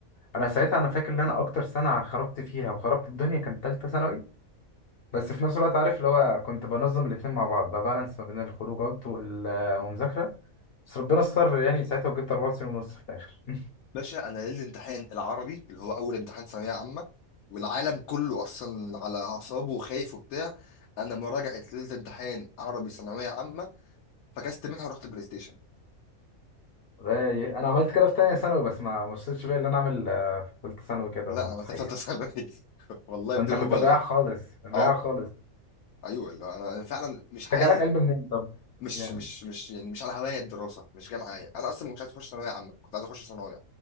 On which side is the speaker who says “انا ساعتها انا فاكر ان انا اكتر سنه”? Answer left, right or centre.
Left